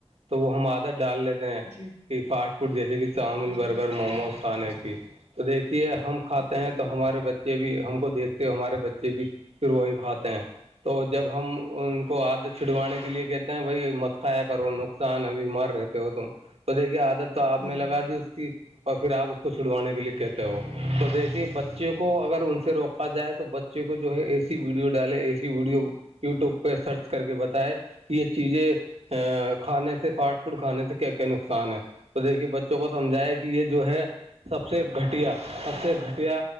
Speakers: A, on the right; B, on the left.
A: تو وہ ہم آدہ ڈالتے ہیں
B: جی
A: کہ فاسٹ فوڈ جیسے کہ چاؤمن
B: جی
A: برگر موموز کھانے کی تو دیکھیے ہم کھاتے
B: بالکل
A: ہیں تو ہمارے بچے بھی ہم کو دیکھتے ہو ہمارے بچے بھی پھر وہی کھاتے ہیں تو جب ہم ان کو عادت چھڑوانے کے لیے کہتے ہیں بھائی مت کھایا کرو نقصان ابھی مر رہ ہو تم تو دیکھیے آادت آپ
B: ہوں
A: نے لگا
B: ہوں
A: دی اس کی اور پھر آپ اس کو چھڑوانے کے لیے کہتے ہو تو دیکھیے بچوں کو کو اگر ان سے روکا جائے تو بچے کو جو ہے اے سی ویڈیو ڈالے اے سی ویڈیو یوٹیوب پہ سرچ کر کے بتائے کہ یہ چیزیں ا کھانے سے فاسٹ فوڈ کھانے سے کیا کیا نقصان ہے تو دیکھیے بچوں کو سمجھایا کہ یہ جو ہے سب سے گھٹیا سب سے گھٹیا